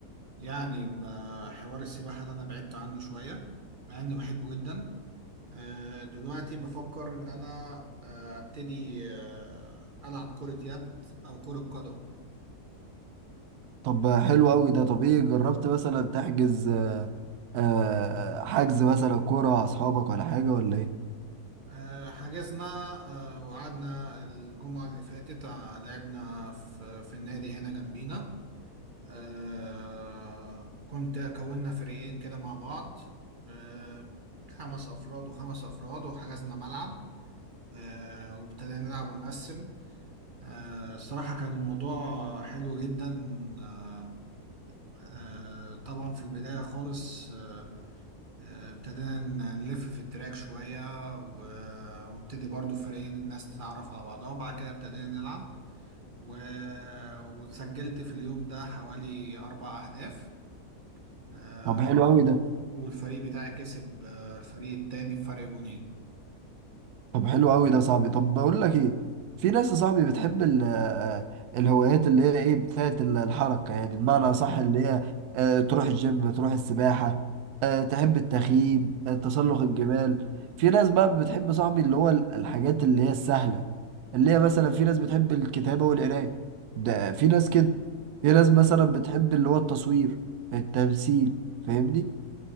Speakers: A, on the right; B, on the right.
A: يعني بحوار السباحة ده أنا بعدت عنه شوية مع إني بحبه جدا آه، دلوقتي بفكر إن أنا آه، أبتدي آه، ألعب كرة يد أو كرة قدم
B: طب حلو قوي ده طب ايه جربت مثلا تحجز آه، حجز مثلا كورة مع اصحابك ولا حاجة ولا ايه
A: آه، حجزنا آه، وقعدنا الجمعة اللي فاتت آه، لعبنا في في النادي هنا جنبينا آه كنت كونا فريقين كده مع بعض آه خمس أفراد وخمس أفراد وحجزنا ملعب آه وابتدينا نلعب ونقسم آه الصراحة كان الموضوع حلو جدا آه آه طبعا في البداية خالص آه آه، ابتدينا ن- نلف في التراك شوية و- وابتدي برضو فريقين الناس تتعرف على بعضها وبعد كده ابتدينا نلعب و... وسجلت في اليوم ده حوالي أربع أهداف آه،
B: طب حلو قوي ده
A: والفريق بتاعي كسب آه، الفريق التاني بفرق جونين
B: طب حلو قوي ده يا صاحبي طب بقول لك ايه في ناس يا صاحبي بتحب ال- آه، الهوايات اللي هي ايه بتاعت ال- الحركه يعني بمعنى صح اللي هي آه، تروح الجيم تروح السباحه آه، تحب التخييم آه، تسلق الجبال في ناس بقى بتحب يا صاحبي اللي هو ال- الحاجات اللي هي السهله اللي هي مثلا في ناس بتحب الكتابه والقرايه ده في ناس كده في ناس مثلا بتحب اللي هو التصوير التمثيل فاهمني